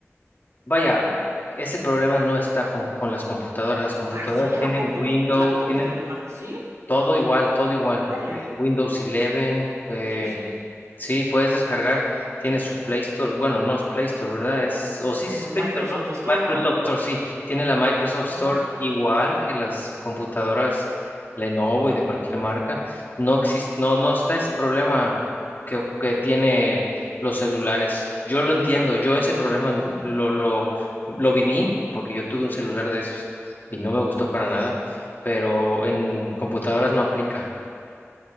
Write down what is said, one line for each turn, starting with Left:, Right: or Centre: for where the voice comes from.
Left: vaya, ese problema no está con, con las computadoras. Las computadoras
Right: ¿Ah, sí? ¿A
Left: tienen
Right: poco
Left: Windows,
Right: hay laptops
Left: tienen
Right: de... Ah, sí?
Left: Todo igual, todo igual.
Right: Órale,
Left: Eh, Windows 11, eh,
Right: sí, sí.
Left: Sí, puedes descargar, tiene su Play Store, bueno, no es Play Store, ¿verdad? Es, o sí,
Right: Ajá,
Left: sí es Play
Right: Microsoft
Left: Store, ¿no?
Right: Store,
Left: Microsoft
Right: ¿no?
Left: Store, sí, tiene la Microsoft Store
Right: Ajá.
Left: igual que las computadoras Lenovo y de cualquier marca. No existe, no, no está ese problema que, que tiene los celulares. Yo lo entiendo, yo ese problema lo, lo, lo viví porque yo tuve un celular de esos y no me gustó para nada, pero en computadoras no aplica.